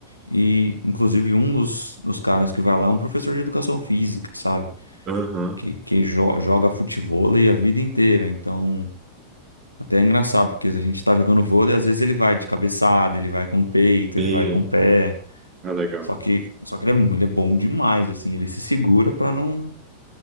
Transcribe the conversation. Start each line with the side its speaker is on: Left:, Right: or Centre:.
Left: E, inclusive, um dos, dos caras que vai lá é um professor de educação física, sabe?
Right: Aham.
Left: Que, que jo- joga futevôlei a vida inteira. Então, até é engraçàdo, porque a gente tá jogando vôlei, às vezes ele vai de cabeçada, ele vai com o peito,
Right: Sim.
Left: ele vai com o pé.
Right: Ah, legal.
Left: Só que, só que ele é, ele é bom demais, assim, ele se segura pra não,